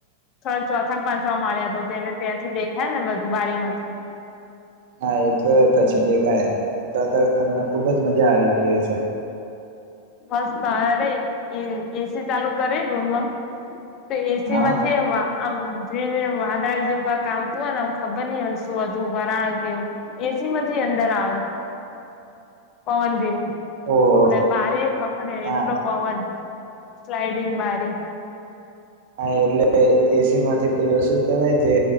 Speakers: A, on the left; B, on the right.
A: આવ ચોથાને પાંચ મળ્યા હતો તેને ત્યાંથી દેખાય ને બધું બારીમાંથી
B: હા એ તો પછી દેખાય તો તો તમને ખુબ જ મજા આવી ગઈ હશે
A: બસ તો અરે એ એસી ચાલુ કરે રૂમમાં તો એસી
B: હા
A: માંથી એવા આમ જે વાદળ જેવું કાક આવતું હોય નેમ ખબર નહ હોય શું હતું વરાણ કેવું એ પછીમાંથી અંદર આવે પવન જેવું
B: ઓહો
A: બારી હખડ
B: હા
A: એટલો પવન સ્લાઈડિંગ મારી
B: હા એટલે એસી માંથી પેલો શું કેવાય જે